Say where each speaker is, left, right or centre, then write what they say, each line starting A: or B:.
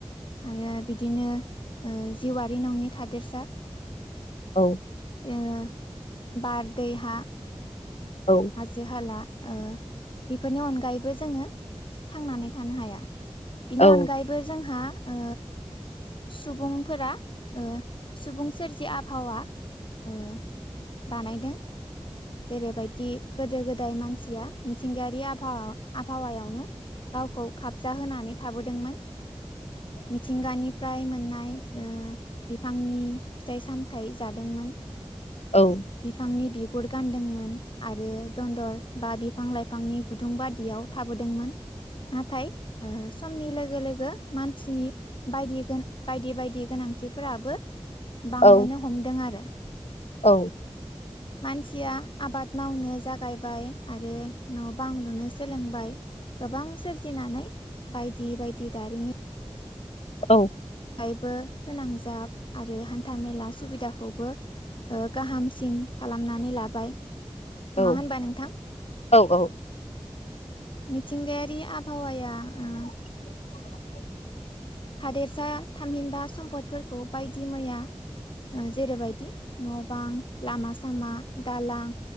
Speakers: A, on the left; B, on the left.
A: आरो बिदिनो उह जिवारि नङि थादेरसा
B: औ।
A: उह बार दैै हा
B: औ
A: हाजो हाला उह बेफोरनि अनगायैबो जोङो थांनानै थानो हाया बिनि
B: औ
A: अनगायैबो जोंहा
B: <inaudible>
A: ओ सुबुंफोरा उह सुबुं सोरजि आबहावा
B: <inaudible>
A: ओ बानायदों जेरैबायदि गोदो गोदाय मानसिया मिथिंगायारि आबहावा आबहावायावनो गावखौ खाबजा होनानै थाबोदोंमोन मिथिंगानि फ्राय मोननाय उह बिफांनि फिथाइ सामथायाइ जादोंमोन।
B: औ।
A: बिफांनि बिगुर गानदोंमोन आरो दनदर बा बिफां लाइफांनि गुदुं बायदियाव थाबोदोंमोन नाथाय उह समनि लोगो लोगो मानसिनि बायदि गोन बायदि बायदि गोनांथिफोराबो बांबोनो
B: औ
A: हमदों आरो
B: औ।
A: मानसिया आबाद मावनो जागायबाय आरो न' बां लुनो सोलोंबाय गोबां सोरजिनानै बायदि बायदि दारिमिन
B: औ।
A: बायबो फोनांजाब आरो हान्था मेला सुबिदाखौबो उह गाहामसिन खालामनानै लाबाय।
B: औ
A: नङा होनबा नोंथां?
B: औ औ
A: मिथिंगायारि आबहावाया उह
B: <inaudible>
A: थादेरसा थामहिनबा सम्पदफोरखौ बायदि मैया उह जेरैबायदि न' बां लामा सामा दालां